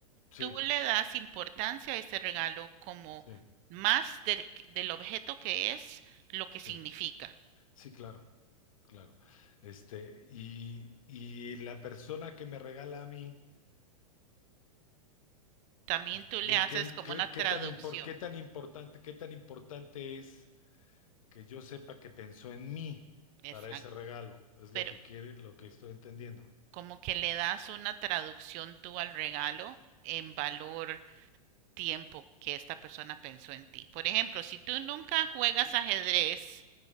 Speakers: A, on the left; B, on the right.
A: Sí,
B: Tú le das importancia a ese regalo como
A: sí,
B: más de- del objeto que es lo que
A: sí.
B: significa.
A: Sí, claro, claro. Este, y, y la persona que me regala a mí,
B: También tú
A: ¿qué,
B: le haces
A: qué,
B: como
A: qué,
B: una traducción.
A: qué tan impor- qué tan importante, qué tan importante es que yo sepa que pensó en mí
B: Exacto.
A: para ese regalo? Es
B: Pero
A: lo que quiere, lo que estoy entendiendo.
B: como que le das una traducción tú al regalo en valor tiempo que esta persona pensó en ti. Por ejemplo, si tú nunca juegas ajedrez